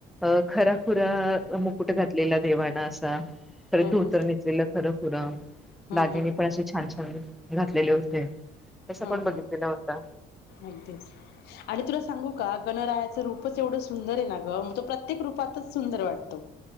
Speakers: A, in the centre; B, on the left.
A: अ खराखुरा मुकुट घातलेला देवाणा असा खर
B: हम्म
A: धोतर
B: हम्म
A: नचलेलं खरं खुरं
B: हम्म
A: दागिने
B: हम्म
A: पण असे छान छान घातलेले होते. तसा
B: हम्
A: पण बघितलेला
B: हम
A: होता
B: अगदीच आणि तुला सांगू का गणरायाचं रूपच एवढं सुंदर आहे ना ग मग तो प्रत्येक रूपातच सुंदर वाटतो.